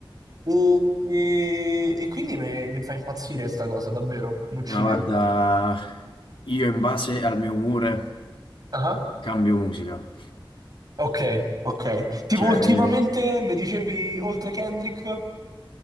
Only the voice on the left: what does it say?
ma guarda, io in base al mio umore
cambio musica.
Cioè,